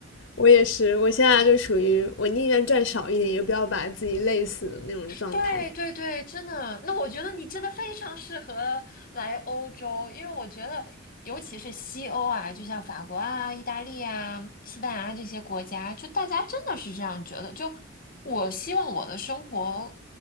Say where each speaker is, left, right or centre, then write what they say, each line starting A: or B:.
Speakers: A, on the left (about 65°); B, on the left (about 45°).
A: 我也是，我现在就属于我宁愿赚少一点，也不要把自己累死的那种状态。
B: 对对对，真的。那我觉得你真的非常适合来欧洲，因为我觉得，尤其是西欧啊，就像法国啊、意大利啊、西班牙这些国家，就大家真的是这样觉得。就我希望我的生活